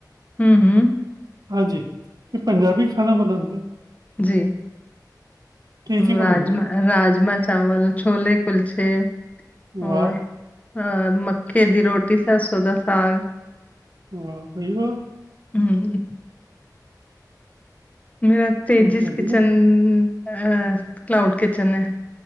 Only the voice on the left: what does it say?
ਹੂੰ ਹੂੰ,
ਜੀ
ਰਾਜਮਾਂ
ਰਾਜਮਾਂ ਚਾਵਲ। ਛੋਲੇ ਕੁਲਚੇ
ਔਰ
ਹਾਂ, ਮੱਕੇ ਦੀ ਰੋਟੀ ਸਰਸੋਂ ਦਾ ਸਾਗ।
ਹੂੰ, ਮੇਰਾ ਤੇ
ਜਿਸ
ਕਿਚਨ ਅ ਕਲਾਊਡ ਕਿਚਨ ਐ।